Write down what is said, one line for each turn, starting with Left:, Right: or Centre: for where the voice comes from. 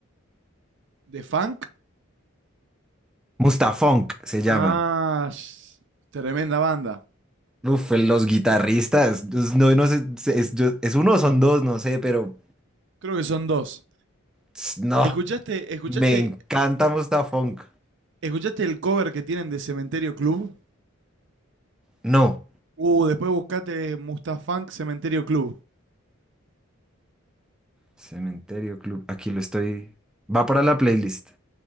Right: ¿De funk?
Centre: Mustafunk se llaman.
Right: Ah, sh- tremenda banda.
Centre: Uf, los guitarristas. pues, No, no sé, se- es, yo- es uno o son dos, no sé, pero
Right: Creo que son dos.
Centre: ps, no.
Right: ¿Escuchaste, escuchaste,
Centre: Me encanta Mustafunk.
Right: escuchaste el cover que tienen de Cementerio Club?
Centre: No.
Right: Uh, después buscate Mustafunk Cementerio Club.
Centre: Cementerio Club. Aquí lo estoy. Va para la playlist.